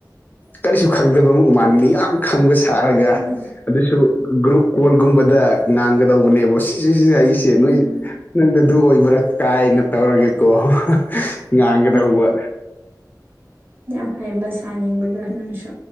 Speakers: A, on the left (about 25°); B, on the right (about 30°).
A: ꯀꯔꯤꯁꯨ ꯈꯪꯗꯕ ꯑꯃ ꯎꯃꯥꯟꯅꯤꯡꯗꯦ ꯌꯥꯝ ꯈꯪꯕ ꯁꯥꯔꯒ
B: ꯎꯝ
A: ꯑꯗꯨꯁꯨ ꯒ꯭ꯔꯨꯞ ꯀꯣꯜꯒꯨꯝꯕꯗ ꯉꯥꯡꯒꯗꯧꯕꯅꯦꯕ ꯁꯤꯁꯤ ꯍꯥꯏꯔꯤꯁꯦ ꯅꯣꯏ
B: ꯎꯝ
A: ꯅꯪꯗ ꯑꯗꯨ ꯑꯣꯏꯕ꯭ꯔꯥ ꯀꯥꯏꯅ ꯇꯧꯔꯒꯦꯀꯣ ꯉꯥꯡꯒꯗꯧꯕ
B: ꯎꯝ ꯌꯥꯝ ꯍꯩꯕ ꯁꯥꯅꯤꯡꯕꯗꯣ ꯅꯪꯁꯨ